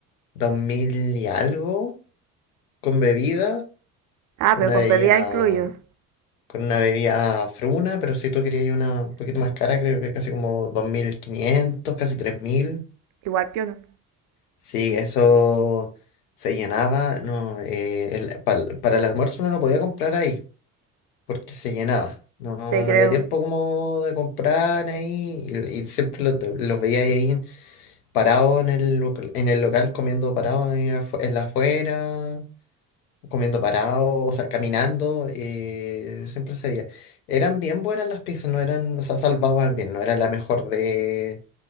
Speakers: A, on the left (about 80°); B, on the right (about 45°).
A: dos mil y algo con bebida,
B: Ah,
A: con
B: pero
A: una
B: con
A: bebida,
B: bebida incluido.
A: con una bebida fruna, pero si tú querías una un poquito más cara, creo que casi como dos mil quinientos casi tres mil
B: Igual piola.
A: Sí, eso se llenaba, no, eh, el- pal- para el almuerzo uno no podía comprar ahí, porque se llenaba. No,
B: Te
A: no
B: creo.
A: había tiempo como de comprar ahí y, y siempre lo- los veía ahí parados en el, local- en el local comiendo parados ahí afu- en la afuera comiendo parado, o sea, caminando, eh, siempre se veía. Eran bien buenas las pizzas, no eran, o sea, salvaban bien, no era la mejor de,